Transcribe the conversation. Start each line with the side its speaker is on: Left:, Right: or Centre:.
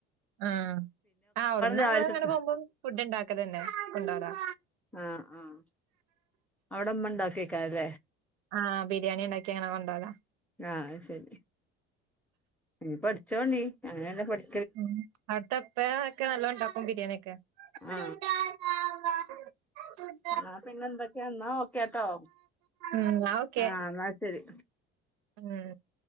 Right: ആഹ് ഔട്ന്ന് ഞങ്ങള്
Centre: രാവിലത്തേക്ക്
Right: ഇങ്ങനെ പോകുമ്പോ ഫുഡ് ഇണ്ടാക്കലന്നെ. കൊണ്ടോവാൻ.
Centre: ആഹ് ആഹ് അവിടെ ഇമ്മ ഇണ്ടാക്കെക്കാരല്ലെ
Right: ആഹ് ബിരിയാണി ഇണ്ടാക്കി അങ്ങനെ കൊണ്ടോവല
Centre: ആഹ് ശരി ഇനി പഠിച്ചോണ്ടി. അങ്ങനെ പഠി
Right: ഉം അവിട്ത്തെ ഇപ്പേ ഒക്കെ നല്ലോ ഇണ്ടാക്കും ബിരിയാണി ഒക്കെ
Centre: ആ
Right: ആഹ് <inaudible>
Centre: ആഹ് പിന്നെ എന്തൊക്കെയാ ന്നാ ഓക്കേ ആട്ടോ
Right: എന്നാ ഓക്കെ
Centre: ആഹ് ന്നാ ശരി
Right: ഉം